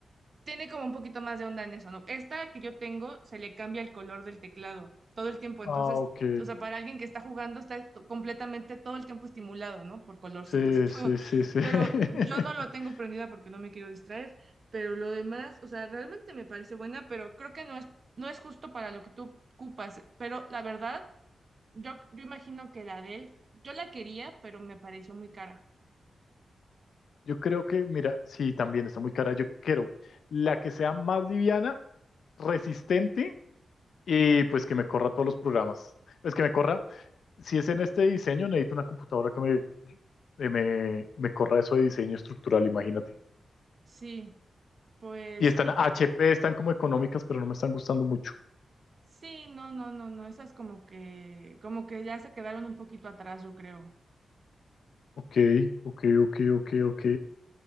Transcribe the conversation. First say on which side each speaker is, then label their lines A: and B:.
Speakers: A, on the right; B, on the left.
A: tiene como un poquito más de onda en eso, ¿no? Esta que yo tengo se le cambia el color del teclado todo el tiempo, entonces,
B: Ah, ok.
A: o sea, para alguien que está jugando está to- completamente todo el tiempo estimulado, ¿no? Por colorcitos
B: Sí,
A: y todo.
B: sí,
A: <laughs>
B: sí, sí.
A: Pero
B: <laughs>
A: yo no lo tengo prendida porque no me quiero distraer, pero lo demás, o sea, realmente me parece buena, pero creo que no es, no es justo para lo que tú ocupas, pero la verdad, yo, yo imagino que la de él, yo la quería, pero me pareció muy cara.
B: Yo creo que, mira, sí, también está muy cara. Yo quiero la que sea más liviana, resistente Y pues que me corra todos los programas. Es que me corra, si es en este diseño, necesito una computadora que me, eh, me, me corra eso de diseño estructural, imagínate.
A: Sí, pues,
B: Y están
A: y
B: HP,
A: que
B: están como económicas, pero no me están gustando mucho.
A: Sí, no, no, no, no, esas como que, como que ya se quedaron un poquito atrás, yo creo.
B: Ok, ok, ok, ok, ok.